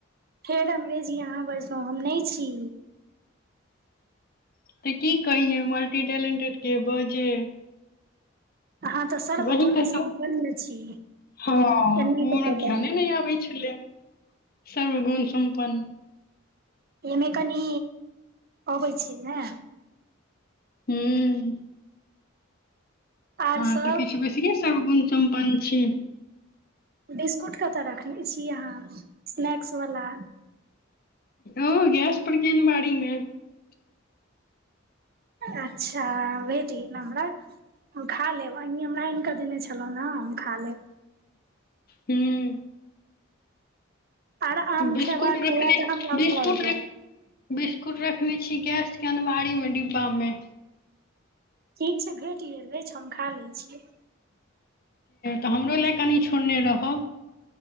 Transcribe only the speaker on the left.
तऽ की कहिये मल्टी टैलेंटेड के बजे
वही
कहियौ
हँ ओ
हमरा
ध्यान
नहि आबै छलै सर्वगुण सम्पन्न
हूँ
हँ
तऽ किछु बेसिये सर्वगुण सम्पन्न छी
ओ गैस परड़केन अनबाड़ि मे <unintelligible> <inaudible>
हूँ
बिस्कुट
रखले
बिस्कुट
रख बिस्कुट रखने छी गैस के अनमारी मे डिब्बामे
तऽ हमरो लै कनि छोड़ने रहब